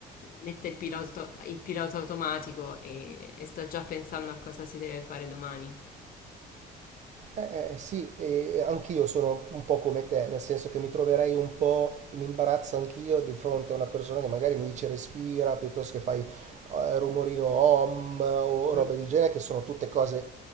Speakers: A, on the left; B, on the right.
A: mette il pilota, il pilota automatico e, e sta già pensando a cosa si deve fare domani.
B: Eh, eh, sì, e anch'io sono un po' come te, nel senso che mi troverei un po' in imbarazzo anch'io di fronte a una persona che magari mi dice respira piuttosto che fai eh, rumorino om o robe
A: Mm,
B: del genere, che sono tutte cose,